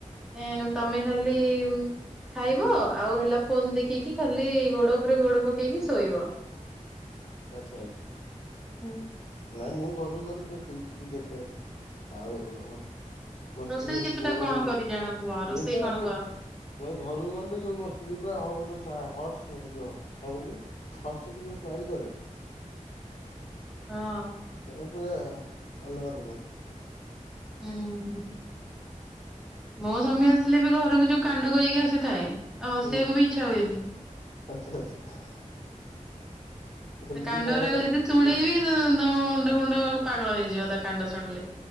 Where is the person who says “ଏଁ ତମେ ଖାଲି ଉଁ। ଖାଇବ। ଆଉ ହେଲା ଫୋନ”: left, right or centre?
Centre